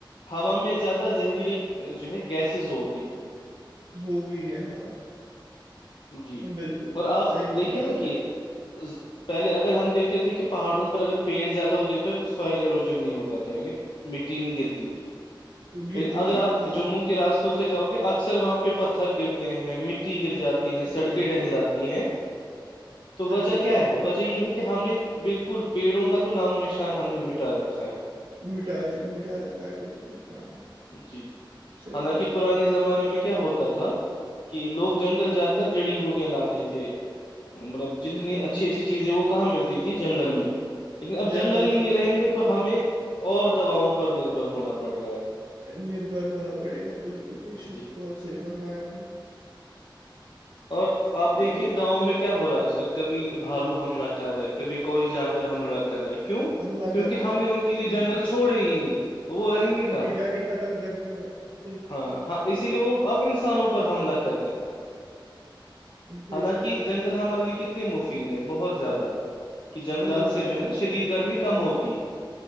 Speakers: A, on the left; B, on the right.
A: ہوا میں زیادہ زہریلی جو ہے گیسز ہوتی ہیں
B: ہو گئی ہے ہاں
A: جی
B: بالکل،
A: اور آپ
B: صحیح فرمایا
A: دیکھے نا
B: آپ
A: کہ
B: نے، <inaudible>
A: ز- پہلے اگر ہم دیکھتے تھے کہ پہاڑوں پر اگر پیڑ زیادہ ہوتے تھے تو سوائل اروجن نہیں ہوتا تھا یعنی مٹی نہیں گرتی تھی
B: گرتی
A: لیکن اگر
B: تھی،
A: آپ
B: ہاں،
A: جموں کے راستوں سے جاؤ گ اکثر وہاں پہ پتھر گرتے ہیں مٹی گر جاتی ہیں سڑکیں
B: بالکل،
A: رہ جاتی ہیں تو
B: بالکل،
A: وجہ کیا
B: بالکل،
A: ہے وجہ یہ ہے کہ ہم نے بالکل پیڑوں کا تو نام و نشان ہم نے مٹا رکھا ہے
B: مٹا کے مٹھا رکھا ہے بالکل ہاں
A: جی جی
B: <unintelligible>
A: حالانکہ
B: بات
A: پرانے
B: ہے،
A: زمانے میں کیا ہوتا تھا کہ لوگ جنگل جا
B: ہوں،
A: کر جڑی
B: ہوں،
A: بوٹیاں لاتے تھے <unintelligible> تھے مطلب جتنی
B: ہوں، ہوں،
A: اچھی
B: ہوں،
A: اچھی چیزیں وہ کہاں ملتی تھی جنگل میں لیکن اب
B: جنگلات
A: جنگل ہی نہیں رہیں
B: میں،
A: گے
B: بالکل،
A: تو ہمیں اور دواؤں پر نربھر ہونا پڑ رہا ہے
B: نربھر ہونا پڑے گا بالکل بے شک
A: جی
B: بہت صحی فرمایا آپ نے
A: اور آپ
B: بالکل،
A: دیکھیے گاؤں میں کیا کیا ہو رہا ہے آج کل کبھی بھالو حملہ کر رہا ہے کبھی کوئی جانور حملہ کر رہا ہے کیوں
B: حملہ
A: کیونکہ
B: کر رہا
A: ہم
B: ہے،
A: نے ان کے لیے
B: کیونکہ
A: جنرل چھوڑے ہی نہیں وہ رہیں گے
B: ان
A: کہاں
B: کے گھر ہی ختم کر دیا، بالکل
A: ہاں ہاں اسی لیے وہ اب انسانوں پر حملہ کر رہے
B: بے
A: حالانکہ
B: شک، بے
A: جنگل
B: شک
A: ہمارے لیے کتنے اتنے مفید ہیں بہت زیادہ کہ جنگلات
B: بہت زیادہ
A: سے جو ہے نا شدید
B: ہمم،
A: گرمی کم ہوتی ہے <unintelligible>